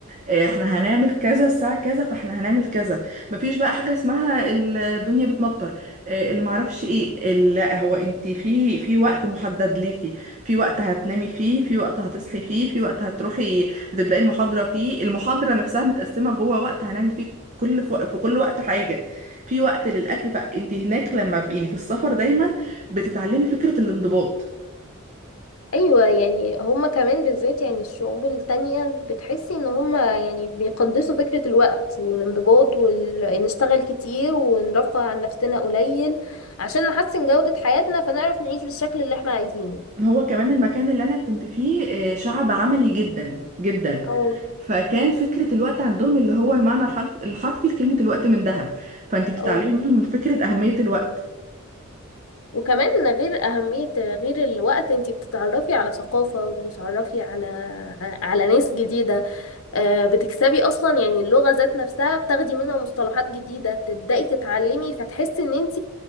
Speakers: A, on the right (about 35°); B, on the left (about 65°).
A: إيه، احنا هنعمل كذا الساعة كذا فاحنا هنعمل كذا مفيش بقى حاجة اسمها الدنيا بتمطر إيه، اللي معرفش ايه ال- لا هو انت في في وقت محدد ليكي في وقت هتنامي فيه في وقت هتصحي فيه في وقت هتروحي هتبدأي المحاضرة فيه المحاضرة نفسها متقسمة جوه وقت هنعمل فيه كل في وق- في كل وقت حاجة في وقت للأكل فانت هناك لما في يعني في السفر دايما بتتعلمي فكرة الانضباط
B: ايوه يعني هما كمان بالذات يعني الشعوب التانية بتحسي ان هما يعني بيقدسوا فكرة الوقت والانضباط وال... نشتغل كتير ونرفه عن نفسنا قليل عشان نحسن جودة حياتنا فنعرف نعيش بالشكل اللي احنا عايزينه
A: هو كمان المكان اللي انا كنت فيه آه، شعب عملي جدا جدا
B: اه
A: فكان فكرة الوقت عندهم اللي هو المعنى الحرف الحرفي لكلمة الوقت من ذهب فانت بتتعلمي
B: اه
A: منهم فكرة أهمية الوقت
B: وكمان غير أهمية غير الوقت انت بتتعرفي على ثقافة بتتعرفي على على ناس جديدة آه، بتكسبي أصلا يعني اللغة ذات نفسها بتاخدي منها مصطلحات جديدة بتبدأي تتعلمي فتحسي ان انت